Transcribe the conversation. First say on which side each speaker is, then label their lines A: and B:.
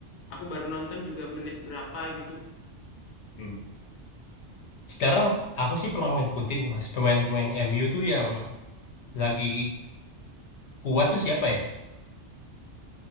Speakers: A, on the left (about 55°); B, on the left (about 70°).
A: aku baru nonton juga menit berapa gitu.
B: Hmm. Sekarang aku sih kurang ngikutin nih Mas. Pemain-pemain MU tuh yang lagi kuat tuh siapa ya?